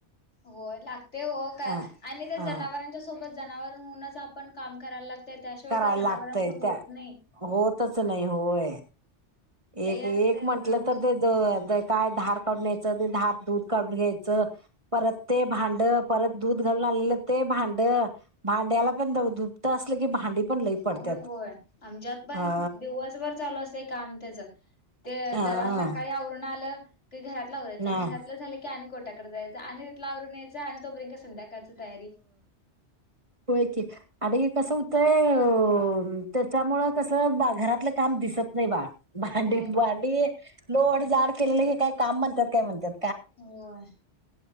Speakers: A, on the left; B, on the right.
A: होई लागतय हो, का
B: अ
A: आणि त्या
B: अ
A: जनावरां त्याच्या सोबत जनावर होऊनच आपण काम करायला लागतय, त्याशिवाय
B: करायला
A: ते जनावरांच
B: लागतय
A: होत
B: त्या
A: नाही.
B: होतच नाही होय,
A: लई
B: एक-एक
A: असते
B: म्हंटलं
A: हा
B: तर ते त धार काढून घ्यायचं, ते धार दूध काढून घ्यायचं. परत ते भांड, परत दूध घालून आलेलं ते भांड भांड्याला पण दुपत असलं की भांडी पण लई
A: होय-होय,
B: पडत्यात.
A: आमच्यात पण
B: हा
A: दिवसभर चालू असतंय काम तेझ ते
B: हा
A: जरा सकाळी आवरण आलं, ते घरातल आवरायच,
B: ना.
A: घरातलं झालं की आणि गोट्या जायच, आणि तितल आवरून यायच, आणि तोपर्यंका संध्याकाळची तयारी
B: होय की. आणि कसं हूतंय, त्याच्यामुळं कसं बा घरातलं काम दिसत नाही बा. भांडीत
A: नाही नाही
B: भांडी, लोड जाड केलेले, हे काय काम म्हणतात काय? म्हणत्यात
A: होय,